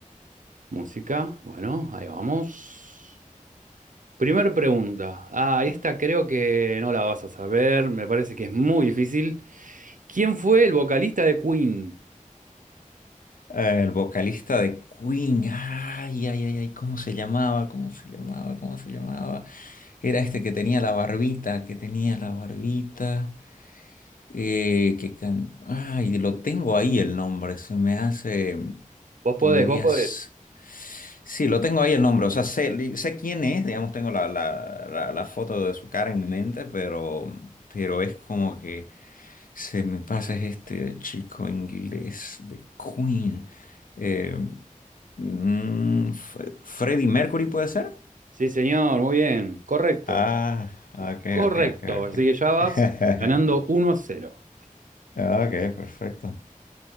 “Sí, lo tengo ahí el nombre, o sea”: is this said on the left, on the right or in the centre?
Left